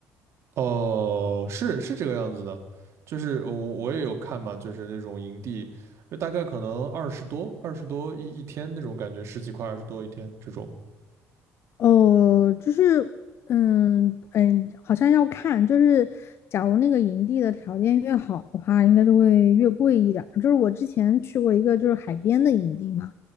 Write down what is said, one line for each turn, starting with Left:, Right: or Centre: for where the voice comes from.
Right: 哦，是是这个样子的，就是我我也有看嘛，就是那种营地，就大概可能二十多二十多一一天那种感觉，十几块二十多一天这种。
Left: 哦，就是，嗯嗯，好像要看，就是假如那个营地的条件越好的话，应该就会越贵一点儿。就是我之前去过一个就是海边的营地嘛，